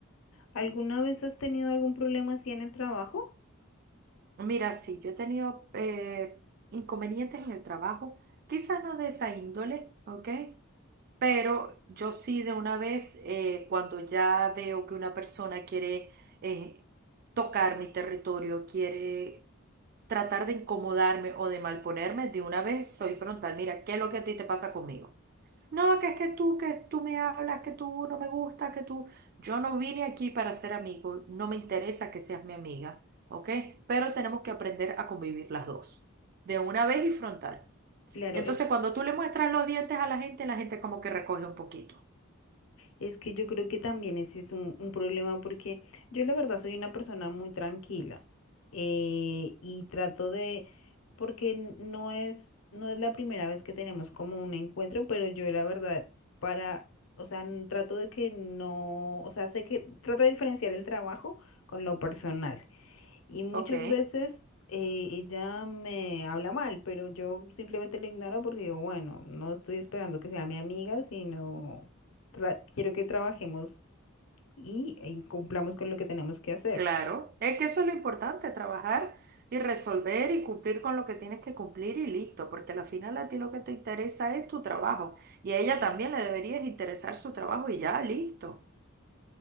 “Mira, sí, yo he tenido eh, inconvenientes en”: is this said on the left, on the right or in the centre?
Right